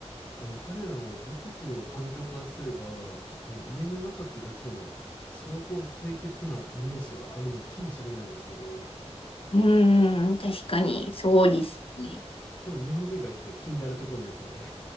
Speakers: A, on the left; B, on the left.
A: あの、彼らの母国の環境からすれば、もう家の中っていうだけでも相当清潔なイメージがあるのかもしれないですけど、
B: うーん、確かに、そうですね。
A: でも日本人からすると気になるところですよね。